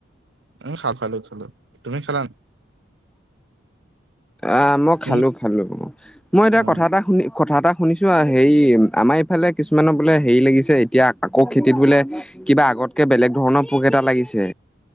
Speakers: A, on the right (about 60°); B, in the centre.
A: আমি খা খালো থলো তুমি খালা নে?
B: আ, মই
A: তুমি
B: খালো - খালো, মই এতিয়া
A: অ'।
B: কথা এটা শুনি কথা এটা শুনিছোঁ আ, হেৰি আমাৰ ইফালে কিছুমানৰ বোলে হেৰি লাগিছে এতিয়া আকৌ খেতিত বোলে কিবা আগতকে বেলেগ ধৰণৰ পোক এটা লাগিছে।